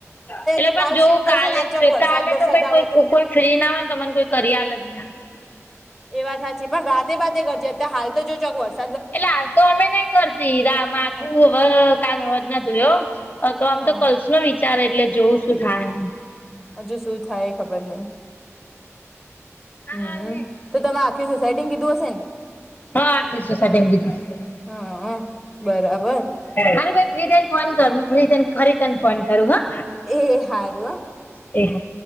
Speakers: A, on the left; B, in the centre.
A: એટલે
B: તો
A: પણ
B: કાલ
A: જો
B: સ્ટ્રીટ કરજે
A: કાલે
B: ને આ
A: જ
B: ચોક
A: છે.
B: વરસાદ
A: કાલે
B: વરસાદ
A: તો ભઈ
B: આવે
A: કોઈક
B: તો
A: કોક ફ્રી ના ઓય ને ત મને કોઈ કરી આલ જ ને.
B: એ વાત હાચી પણ બાતે બાતે ગરજે, અતારે હાલ તો જો ચોકવસ.
A: એટલે આલ તો અમે નઈ કરતી રા માથું
B: હા
A: વ કાલ હવાજ ના ધોયો અ કમ
B: હા
A: તો, કલ્સ નો વિચારે એટલે જોવુ સુ થાય.
B: હજુ શું થાય ખબર નઈ
A: હારું
B: હમ્મ મ
A: હેડ
B: તો તમે આખી સોસાયટીને કીધું હશે ને
A: હા આખી સોસાયટીને કીધું
B: હા આ બરાબર
A: અરે ભાઈ ફ્રી થઈ ને ફોન કર હું ફ્રી થઈ ને ફરી તને ફોન કરું હા
B: એ હારું હ
A: એ હા